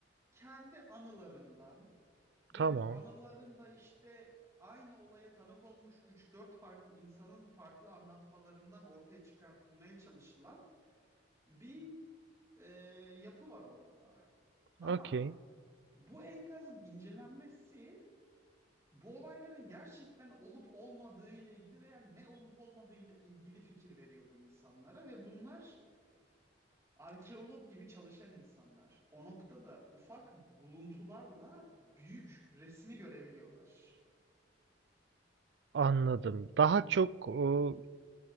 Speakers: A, on the right (about 15°); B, on the right (about 60°).
A: kendi anılarından ve
B: Tamam.
A: bu anılarında işte aynı olaya tanık olmuş üç dört farklı insanın farklı anlatmalarından ortaya çıkartılmaya çalışılan bir e, yapı var ortada. Ama
B: Okey.
A: bu enkazın incelenmesi bu olayların gerçekten olup olmadığı ile ilgili veya ne olup olmadığı ile ilgili fikir veriyor bu insanlara ve bunlar Arkeolog gibi çalışan insanlar o noktada ufak buluntularla büyük resmi görebiliyorlar.
B: Anladım. Daha çok o,